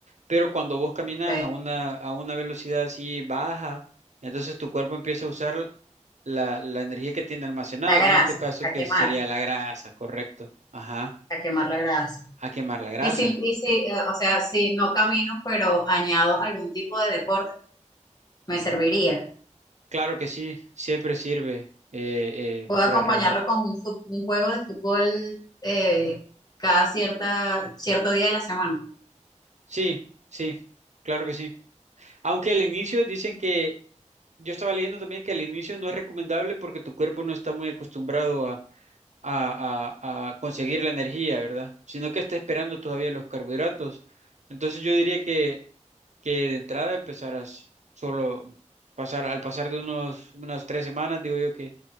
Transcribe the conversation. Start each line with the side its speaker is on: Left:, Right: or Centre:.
Right: Pero cuando vos caminas
Left: Ok.
Right: a una, a una velocidad así baja, entonces tu cuerpo empieza a usar la, la energía que tiene almacenada,
Left: La
Right: que
Left: grasa,
Right: en este caso
Left: a
Right: que
Left: quemar,
Right: sería la grasa, correcto. Ajá,
Left: a quemar la grasa.
Right: a quemar la grasa.
Left: Y si, y si, eh, o sea, si no camino, pero añado algún tipo de deporte, me serviría.
Right: Claro que sí, siempre sirve eh, eh,
Left: Puedo
Right: para
Left: acompañarlo
Right: rebajar.
Left: con un, fut- un juego de fútbol eh, cada cierta, cierto día de la semana.
Right: Sí, sí, claro que sí. Aunque al inicio dicen que, yo estaba leyendo también que al inicio no es recomendable porque tu cuerpo no está muy acostumbrado a, a- a conseguir la energía, ¿verdad? Sino que está esperando todavía los carbohidratos. Entonces yo diría que, que de entrada empezarás solo pasar, al pasar de unos, unas tres semanas, digo yo que,